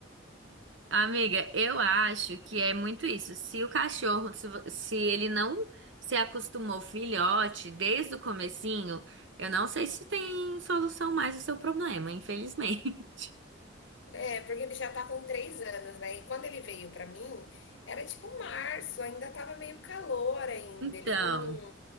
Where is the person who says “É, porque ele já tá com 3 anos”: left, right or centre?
Left